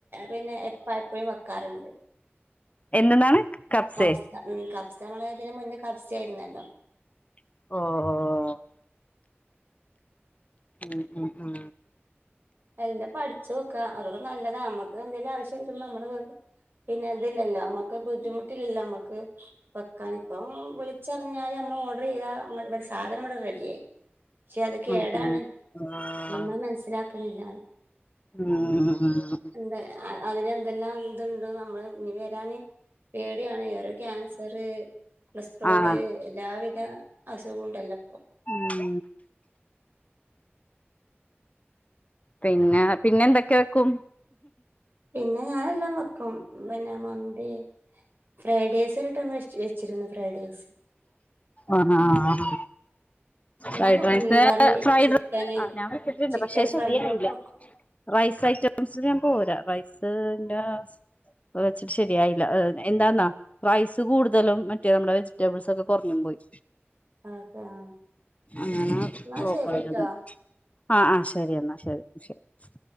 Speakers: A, on the right; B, on the left.
A: പിന്നെ എപ്പ എപ്പഴും വെക്കാറുണ്ട്.
B: എന്തെന്നാണ്? കപ്സേ
A: കബ്സ ഉം കബ്സ നമ്മള് ഇതിന് മുന്ന് കബ്സ ആയിരുന്നല്ലോ
B: ഓഹോ ഉം ഉം ഉം
A: എല്ലം പഠിച്ച് വെക്ക അതൊര് നല്ലതാ നമ്മക്ക് എന്തെലും ആവശ്യം വരുമ്പോ നമ്മള് പിന്നെ ഇതിലല്ലോ നമ്മക്ക് ബുദ്ധിമുട്ടില്ലല്ലോ നമ്മക്ക്. വെക്കാനിപ്പം വിളിച്ചറഞ്ഞാല് നമ്മൾ ഓർഡർ ചെയ്താ ഇവിടെ സാധനം ഇവിടെ റെഡിയായി. പക്ഷെ അത് കേടാണ്.
B: ഉം ഉം ആഹ്
A: നമ്മൾ മനസ്സിലാക്ക്ണില്ലാ
B: ഉം
A: ഉണ്ട്. അ അതിനെന്തെല്ലാം ഇതുണ്ട് നമ്മള് ഇനി വരാന് പേടിയാണ്. ക്യാൻസറ്, കൊളസ്ട്രോള്
B: ആഹ്
A: എല്ലാവിധ അസുഖവും ഉണ്ടല്ലോ പ്പോ
B: ഉം പിന്നെ പിന്നെ എന്തൊക്കെ വെക്കും?
A: പിന്നെ ഞാനെല്ലാം വെക്കും. പിന്നെ മന്തി ഫ്രൈഡ്റൈസ് ഒരട്ടം വെച്ച് വെച്ചിരുന്നു ഫ്രൈഡേയ്സ്
B: ആഹ്
A: എല്ലാം
B: ഫ്രൈഡ്
A: വെക്കും
B: റൈസ്
A: മീൻകറി
B: ഫ്രൈഡ്
A: ചിക്കന്
B: റൈസ് ആ ഞാൻ വെച്ചിട്ടുണ്ട്.
A: ചിക്കൻ
B: പക്ഷേ ശരിയായില്ല
A: ഫ്രൈ ഒക്കെ വെക്കും
B: റൈസ് ഐറ്റംസ്‌ല് ഞാൻ പോരാ റൈസ്ൻ്റെ വെച്ചിട്ട് ശരിയായില്ല. എന്താന്നോ റൈസ് കൂടുതലും മറ്റേ നമ്മടെ ചി റ്റബിൾസ് ഒക്കെ കുറഞ്ഞും പോയി.
A: അതൊക്കെ ആ
B: അങ്ങനെ
A: എന്നാ
B: പ്ലോപ്പായത്.
A: ശരിട്ടോ
B: ആഹ് ആഹ് ശരി എന്നാ ശരി ശരി ശരി